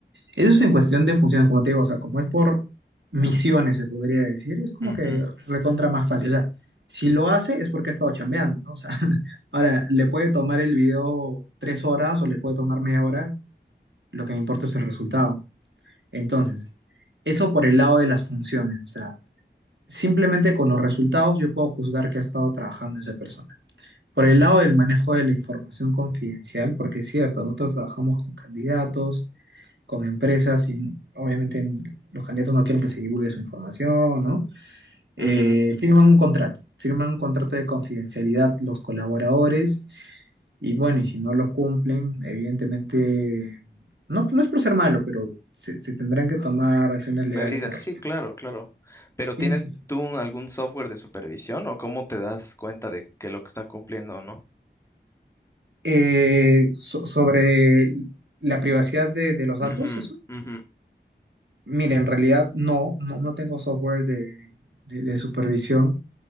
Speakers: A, on the right (about 75°); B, on the left (about 15°).
A: Eso es en cuestión de funciones, como te digo, o sea, como es por misiones, se podría decir, es como
B: Ujú,
A: que recontra más fácil. O sea, si lo hace es porque ha estado chambeando, ¿no? O sea, <laughs> ahora, le puede tomar el video tres horas o le puede tomar media hora, lo que me importa es el resultado. Entonces, eso por el lado de las funciones, o sea, simplemente con los resultados yo puedo juzgar que ha estado trabajando esa persona. Por el lado del manejo de la información confidencial, porque es cierto, nosotros trabajamos con candidatos, con empresas, y obviamente en- los candidatos no quieren que se divulgue su información, ¿no? Eh,
B: ujú.
A: firman un contrato, firman un contrato de confidencialidad los colaboradores, y bueno, y si no los cumplen, evidentemente, no, no es por ser malo, pero se, se tendrán que tomar acciones legales
B: Medidas,
A: al respecto.
B: sí, claro, claro. Pero
A: Sí,
B: ¿tienes
A: sí, sí.
B: tú un- algún software de supervisión o cómo te das cuenta de que lo que están cumpliendo o no?
A: Eh, so- sobre la privacidad de, de los datos,
B: Ujú, ujú,
A: Mire, en realidad no, no, no tengo software de, de- de supervisión.